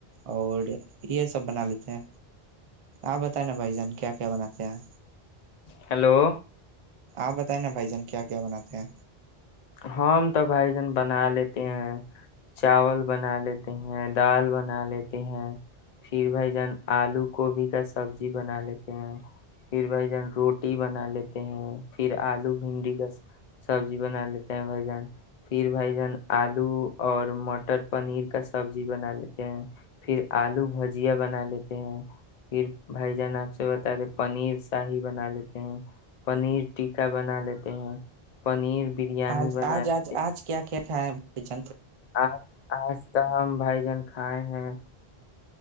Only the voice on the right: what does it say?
اور یہ سب بنا لیتے ہیں آپ بتا ہے نا بھائی جان کیا کیا بناتے ہیں
آپ بتائیں نا بھائی جان کیا کیا بناتے ہیں
آج
آج
آج
آج کیا کھیلا ہاں ج